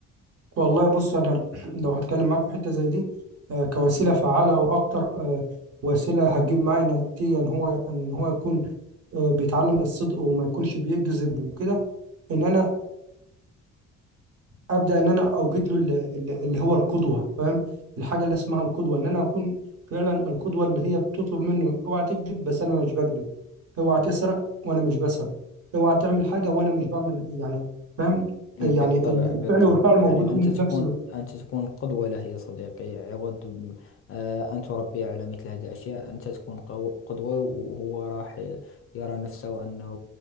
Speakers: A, on the right; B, on the left.
A: والله بص انا <clears throat> لو هتكلم معاك في حته زي دي آه، كوسيله فعاله واكتر آه، وسيله هتجيب معايا نتيجه ان هو ان هو يكون آه، بيتعلم الصدق وما يكونش بيكذب وكده ان انا ابدا ان انا اوجد له ال- ال- اللي هو القدوه فاهم الحاجه اللي اسمها القدوه ان انا اكون فعلا القدوه اللي هي بتطلب منه اوعى تكذب بس انا مش بكذب اوعى تسرق وانا مش بسرق اوعى تعمل حاجه وانا مش بعمل يعني فاهم
B: بالطبع
A: يعني ال-
B: بالطبع
A: الفعل والفعل
B: يعني
A: موجودين
B: أنت
A: في
B: تكون
A: نفس الوقت
B: أنت تكون قدوة له يا صديقي عوض م- آه، أن تربيه على مثل هذه الأشياء أنت تكون قو- قدوة وهو راح يرى نفسه أنه